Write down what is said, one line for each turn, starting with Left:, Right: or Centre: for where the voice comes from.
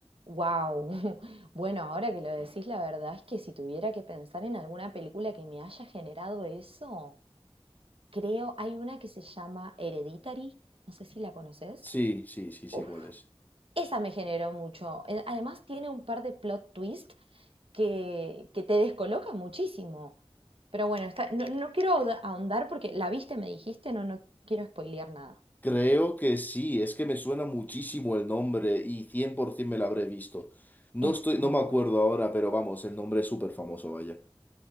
Right: Wow. <laughs> Bueno, ahora que lo decís, la verdad es que si tuviera que pensar en alguna película que me haya generado eso, creo hay una que se llama Hereditary, no sé si la conoces.
Left: Sí, sí, sí, sí,
Right: Uf,
Left: igual es.
Right: esa me generó mucho. Eh, Además tiene un par de plot twist que, que te descolocan muchísimo. Pero bueno, está- no, no quiero ahonda- ahondar porque la viste, me dijiste, no, no quiero spoilear nada.
Left: Creo que sí, es que me suena muchísimo el nombre y 100% me lo habré visto. No
Right: Es
Left: estoy, no
Right: muy
Left: me acuerdo
Right: buena.
Left: ahora, pero vamos, el nombre es súper famoso, vaya.